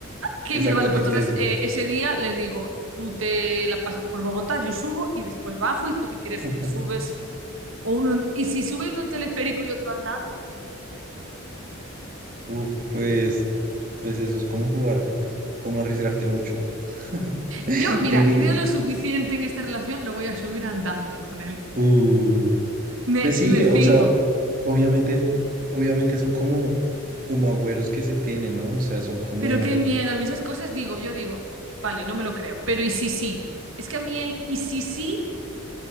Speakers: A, on the right; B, on the right.
A: Qué
B: exactamente
A: miedo, vale. Pues entonces
B: eso.
A: eh, ese día les digo, tú te la pasas por Bogotá, yo subo y después bajo y tú si quieres
B: <laughs>
A: subir, subes. O uno en- y si sube uno en teleférico y otro andando.
B: Uf, pues, pues eso es como jugar, como arriesgarte mucho. <laughs>
A: Yo, mira,
B: Yo diría,
A: creo
B: que-
A: lo suficiente en esta relación, lo voy a subir andando con él.
B: uh,
A: Me,
B: pues sí,
A: me fío.
B: o sea, o- obviamente, obviamente son como, como agüeros que se tienen, ¿no? O sea, son como,
A: Pero qué miedo, a mí esas cosas digo, yo digo, vale, no me lo creo, pero ¿y si sí? Es que a mí el ¿y si sí?